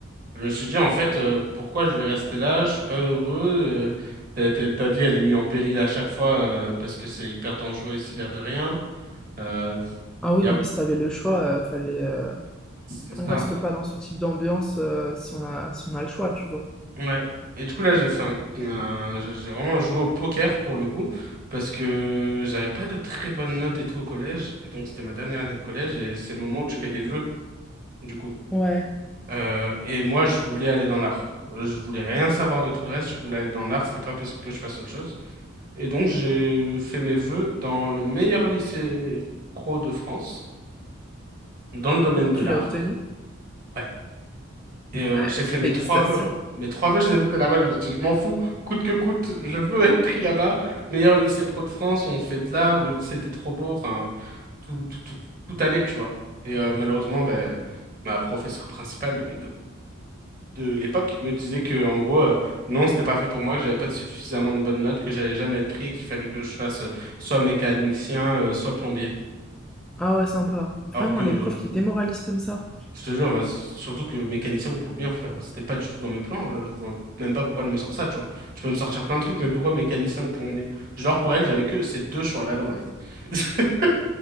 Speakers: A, on the right (about 40°); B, in the centre.
A: Je me suis dit, en fait, euh, pourquoi je vais rester là? Je suis pas heureux. euh, ta, ta- ta vie, elle est mise en péril à chaque fois euh, parce que c'est hyper dangereux ici, l'air de rien. Euh,
B: Ah oui,
A: y
B: non,
A: a...
B: mais si t'avais le choix, euh, fallait, euh,
A: C'est ça.
B: on reste pas dans ce type d'ambiance euh, si on a, si on a le choix, tu vois.
A: Ouais. Et du coup, là, j'ai fait un, un- j'ai j'ai vraiment joué au poker pour le coup parce que j'avais pas de très bonnes notes et tout au collège. Et donc, c'était ma dernière année de collège et c'est le moment où tu fais les vœux, du coup.
B: Ouais.
A: Euh, et moi, je voulais aller dans l'art. Je voulais rien savoir de tout le reste. Je voulais aller dans l'art. C'était pas possible que je fasse autre chose. Et donc, j'ai fait mes vœux dans le meilleur lycée pro de France, dans le domaine de
B: Tu
A: l'art.
B: l'as obtenu?
A: Ouais. Et euh,
B: Ouais,
A: j'ai fait mes
B: félicitations.
A: trois vœux. Mes trois vœux, je les ai fait là-bas. Je me suis dit, je m'en fous, coûte que coûte, je veux être pris là-bas. Meilleur lycée pro de France, on fait de l'art, le lycée était trop beau. Enfin, tout, tout, tout, tout allait, tu vois. Et euh, malheureusement, ben, ma professeure principale de l'école, de l'époque me disait que, en gros, euh, non, c'était pas fait pour moi, que j'avais pas de suffisamment de bonnes notes, que j'allais jamais être pris et qu'il fallait que je fasse euh, soit mécanicien, euh, soit plombier.
B: Ah ouais, sympa. Vraiment,
A: Alors que,
B: les profs qui démoralisent comme ça.
A: je te jure, ouais, surtout que mécanicien on peut bien faire. hein. c'était pas du tout dans mes plans. euh, Je vois même pas pourquoi elle me sort ça, tu vois. Tu peux me sortir plein de trucs, mais pourquoi mécanicien ou plombier? Genre, pour elle, j'avais que ces deux choix-là dans ma vie. <laughs>